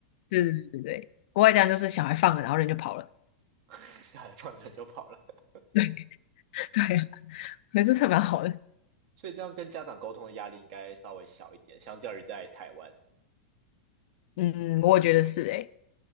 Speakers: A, on the left; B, on the right.
A: 对对对对对，国外这样就是小孩放了，然后人就跑了。
B: <laughs> 小孩放着就跑了。<laughs>
A: 对 <laughs> 对啊，所以这蛮好的。
B: 所以这样跟家长沟通的压力应该稍微小一点，相较于在台湾。
A: 嗯，我觉得是诶、